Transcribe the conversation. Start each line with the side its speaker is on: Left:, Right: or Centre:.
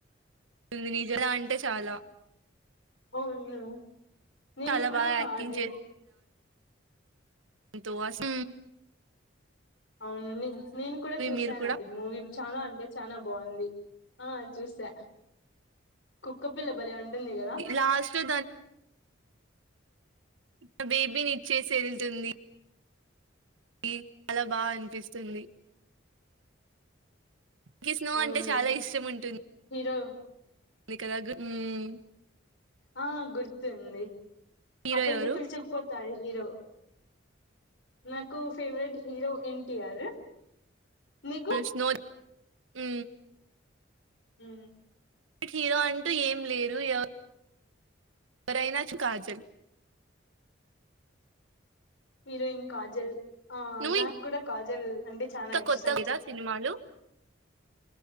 Right: ఉంది నిజ లా అంటే చాలా
Left: అవునూ నేను
Right: చాలా
Left: కూడా
Right: బాగా యాక్టింగ్
Left: అది
Right: ఎంతో అసు ఉ
Left: అవును. నెన్ నేను కూడ చూసాను
Right: మీరు కూడా
Left: అది మూవీ చానా అంటే చాన బావుంది. ఆ చూసా. కుక్క పి పిల్ల బలే ఉంటుంది కదా.
Right: లాస్ట్ లో అ బేబీని ఇచ్చేసి ఎళ్తుంది. ఈ చాలా బా అనిపిస్తుంది. కిస్నో
Left: అవును
Right: అంటే చాలా ఇష్టం ఉంటు
Left: హీరో
Right: కదా గు ఉమ్
Left: ఆ గుర్తుంది.
Right: హీరో
Left: అక్కడికి
Right: ఎవరు
Left: పిలచకపో తాడు హీరో. నాకు ఫేవరెట్ హీరో ఎన్టీఆర్. నీకు
Right: ఎస్నో ఉ
Left: హు
Right: కి హీరో అంటూ ఏం లేరు ఎవ రైన్ వచ్ కాజల్
Left: హీరోయిన్ కాజల్. ఆ
Right: నువ్వు
Left: నాకు కూడా కాజల్ అంటే చానా
Right: ఇంకా
Left: ఇష్టం.
Right: కొత్త కదా సినిమాలు